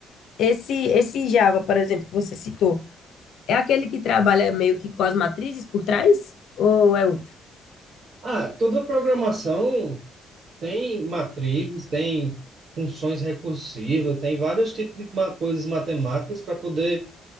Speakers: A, on the left; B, on the right.
A: esse, esse Java, por exemplo, que você citou, é aquele que trabalha meio que com as matrizes por trás? Ou é outro?
B: ah, toda programação Tem matrizes, tem funções recursivas, tem vários tipos de ma- coisas matemáticas para poder